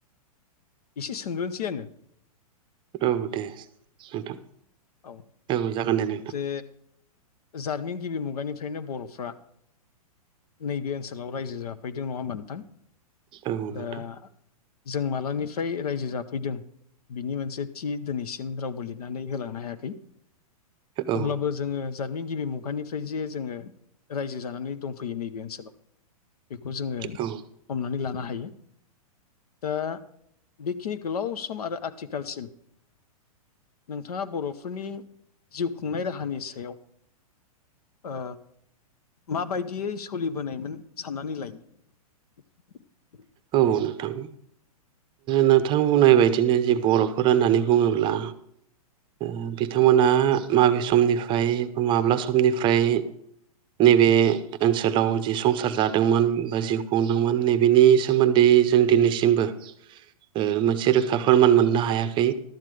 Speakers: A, on the left; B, on the right.
A: एसे सोंग्रोनोसै आङो?
B: औ दे नोंथां
A: औ
B: औ जागोन दे नोंथां।
A: जे जारिमिन गिबि मुगानिफ्रायनो बर'फ्रा नैबे ओनसोलाव रायजो जाफैदों नङा होमबा नोंथां।
B: औ
A: दा
B: नोंथां
A: जों मालानि फ्राय रायजो जाफैदों बिनि मोनसे थि दिनैसिम रावबो लिरनानै होलांनो हायाखै अब्लाबो
B: औ
A: जोङो बिजादनि गिबि मुगानिफ्राय जे जोङो रायजो जानानै दंफैयो नैबे ओनसोलाव। बेखौ जोङो
B: औ
A: हमनानै लानो हायो। दा बेखिनि गोलाव सम आरो आथिखालसिम नोंथाङा बर'फोरनि जिउ खुंनाय राहानि सायाव ओ माबायदियै सोलिबोनायमोन साननानै लायो। <unintelligible> <inaudible>
B: औ नोंथां। नोंथां बुंनाय बायदिनो जे बर'फोर होननानै बुङोब्ला ओ बिथांमोना माबे समनिफ्राय बा माब्ला समनिफ्राय नैबे ओनसोलाव जि संसार जादोंमोन बा जिउ खुंदोंमोन नैबेनि सोमोन्दै जों दिनैसिमबो ओ मोनसे रोखा फोरमान मोननो हायाखै